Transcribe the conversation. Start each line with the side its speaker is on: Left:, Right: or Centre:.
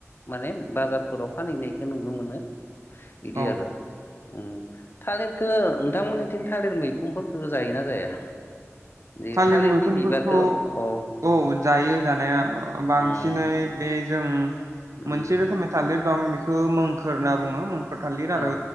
Left: माने बाजारफोराव फानहैनायखौ नुनो मोनो। बिदि
Right: औ
Left: आरो उम थालिरखौ नोंथांमोननिथिं थालिर मैखुनफोरखौ जायोना जाया? जि
Right: थालिर
Left: थालिरनि
Right: मैखुनफोरखौ
Left: बिबारखौ अ
Right: औ जायो जानाया बांसिनै
Left: उम
Right: बै जों
Left: उम
Right: मोनसे रोखोमै थालिर दं बेखौ खोर होनना बुङो मखोर थालिर आरो
Left: अ